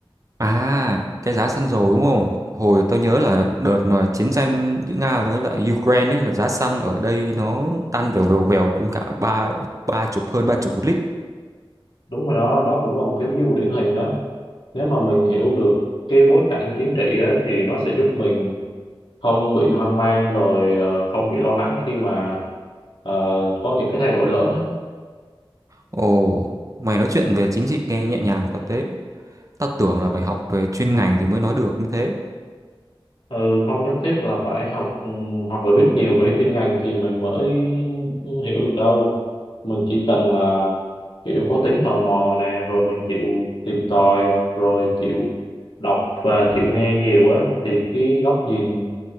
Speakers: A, on the right; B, on the left.
A: À, cái giá xăng dầu đúng không? Hồi tôi nhớ là đợt mà chiến tranh giữa Nga với lại Ukraine ấy là giá xăng ở đây nó tăng vèo vèo vèo lên cả ba ba chục hơn ba chục một lít
B: đúng rồi đó đó cũng là một cái ví dụ điển hình á nếu mà mình hiểu được cái bối cảnh chính trị á, thì nó sẽ giúp mình không bị hoang mang rồi ờ, không bị lo lắng khi mà ờ, có những cái thay đổi lớn á.
A: Ồ, mày nói chuyện về chính trị nghe nhẹ nhàng thật đấy. Tao tưởng là phải học về chuyên ngành thì mới nói được như thế.
B: ừ, không nhất thiết là phải học ừ, hoặc là biết nhiều về cái chuyên ngành thì mình mới hiểu được đâu mình chỉ cần là kiểu có tính tò mò nè rồi mình chịu tìm tòi rồi chịu đọc và chịu nghe nhiều á thì cái góc nhìn